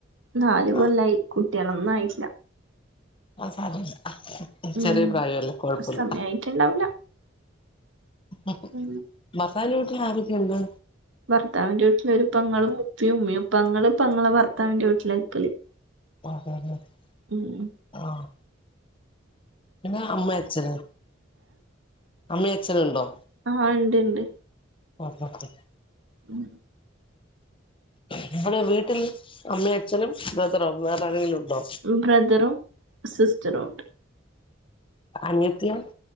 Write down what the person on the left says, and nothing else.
ആ
അത് സാരമില്ല
ചെറിയ പ്രായമല്ലേ കാെഴപ്പാെല്ലാ
ആഹ്
ഭർത്താവിന്റെ വീട്ടിലാരൊക്കെയുണ്ട്?
<unintelligible> അതെ അതെ <unintelligible>
ആഹ് പിന്നെ അമ്മാ അച്ഛന് അമ്മയും അച്ഛന്ണ്ടോ?
<unintelligible>
നമ്മടെ വീട്ടില് അമ്മയും അച്ഛനും ബ്രദർ വേറെ ആരെെങ്കിലും ഉണ്ടോ?
അനിയത്തിയ